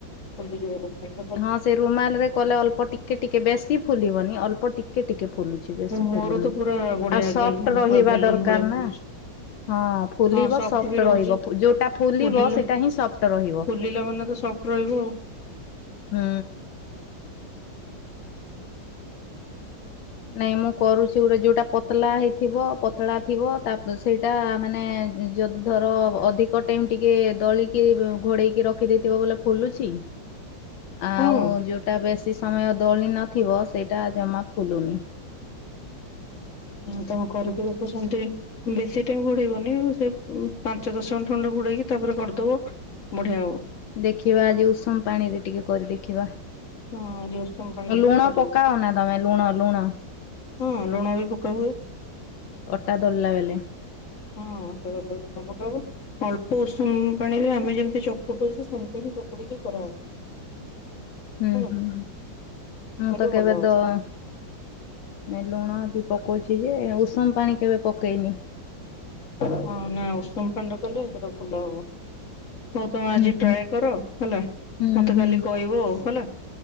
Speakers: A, on the left (about 45°); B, on the left (about 80°).
A: ଫୁଲିଯିବ ଯଦି ଭଲ।
B: ହଁ ସେ ରୁମାଲ ରେ କଲେ ଅଳ୍ପ ଟିକେ ଟିକେ ବେଶି ଫୁଲିବନି ଅଳ୍ପ ଟି ଟିକେ ଟିକେ ଫୁଲୁଚି ବେଶୀ
A: ମୋର
B: ଫୁଲୁନି।
A: ତ ପୁରା ବଢିଆ
B: ଆଉ ସଫ୍ଟ ରହିବା
A: ପୁରା ବେଲୁନ
B: ଦରକାର
A: ଭଳିଆ ଫୁଲୁଛି।
B: ନା। ହଁ ଫୁଲିବ
A: ହଁ
B: ସଫ୍ଟ
A: ବି ରହୁଛି
B: ରହିବ। ଯୋଉଟା ଫୁଲିବ
A: ଫୁଲିଲା
B: ସେଇଟା ହିଁ ସଫ୍ଟ ରହିବ।
A: ଫୁଲିଲା ମାନେ ତ ସଫ୍ଟ ରହିବ ଆଉ।
B: ହୁଁ। ନାଇଁ ମୁଁ କରୁଚି ଗୋଟେ ଯୋଉଟା ପତଲା ହେଇଥିବ ପତଳା ଥିବ ତା ସେଇଟା ମାନେ ଯ ଧର ଅଧିକ ଟାଇମ ଟିକେ ଦଳିକି ଘୋଡେଇକି ରଖିଦେଇଥିବ ବୋଲେ ଫୁଲୁଚି। ଆଉ
A: ହଁ ହଁ।
B: ଯୋଉଟା ବେଶୀ ସମୟ ଦଳି ନଥିବ ସେଇଟା ଜମା ଫୁଲୁନି।
A: ତମ। <unintelligible> ବେଶୀ ଟାଇମ୍ ଘୋଡେଇବନି, ସେ ପାଞ୍ଚ ଦଶ ମିନିଟ୍ ଖଣ୍ଡେ ଘୋଡେଇକି ତାପରେ କରିଦବ। ବଢିଆ ହବ।
B: ଦେଖିବା ଆଜି ଉଷୁମ ପାଣି ରେ ଟିକେ କରି ଦେଖିବା।
A: ହଁ ଆଜି ଉଷୁମ ପାଣି ରେ
B: ଲୁଣ
A: ଟିକେ କରିବେ।
B: ପକାଅ ନା ତମେ ଲୁଣ ଲୁଣ
A: ହଁ ଲୁଣ ବି ପକା ହୁଏ।
B: ଅଟା ଦଳିଲା ବେଲେ।
A: <unintelligible> ଅଳ୍ପ ଉଷୁମ ପାଣିରେ ଆମେ ଯେମିତି ଚକୁଟୁଚୁ ସେମିତି ବି ଚକୁଡ଼ିକି କରାହବ।
B: ହୁଁ
A: ହେଲା।
B: ହୁଁ।
A: ଏମିତି
B: ମୁଁ
A: କଲେ
B: ତ
A: ଭଲ
B: କେବେ
A: ହବ
B: ଦ ହଁ। ନାଇଁ ଲୁଣ ବି ପକଉଚି ଯେ ଉଷୁମ ପାଣି କେବେ ପକେଇନି।
A: ହଁ ନା ଉଷୁମ ଫାଣି ରେ କଲେ ସେଟା ଭଲ ହବ। ହଉ ତମେ ଆଜି
B: ହୁଁ ହୁଁ
A: ଟ୍ରାଏ କର ହେଲା।
B: ହୁଁ
A: ମତେ
B: ହୁଁ
A: ଖାଲି କହିବ ଆଉ ହେଲା।